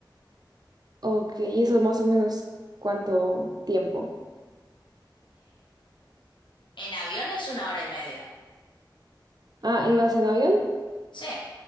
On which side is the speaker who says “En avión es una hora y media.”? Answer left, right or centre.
Left